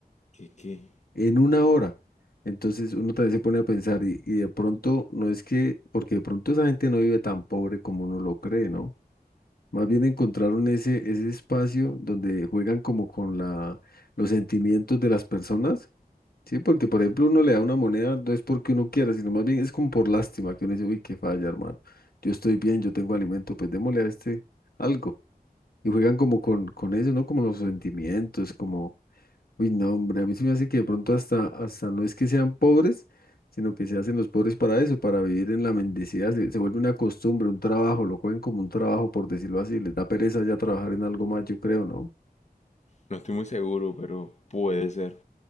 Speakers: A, on the left (about 45°); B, on the left (about 70°).
A: ¿Qué, qué?
B: En una hora. Entonces uno también se pone a pensar, y, y de pronto, no es que, porque de pronto esa gente no vive tan pobre como uno lo cree, ¿no? Más bien encontraron ese, ese espacio donde juegan como con la, los sentimientos de las personas, ¿sí? Porque, por ejemplo, uno le da una moneda, no es porque uno quiera, sino más bien es como por lástima, que uno dice, uy, qué falla, hermano. Yo estoy bien, yo tengo alimento, pues démosle a este algo. Y juegan como con, con eso, ¿no? Como los sentimientos, como Uy, no, hombre, a mí se me hace que de pronto hasta, hasta no es que sean pobres, sino que se hacen los pobres para eso, para vivir en la mendicidad. Se, se vuelve una costumbre, un trabajo, lo cogen como un trabajo, por decirlo así. Les da pereza ya trabajar en algo más, yo creo, ¿no?
A: No estoy muy seguro, pero puede ser.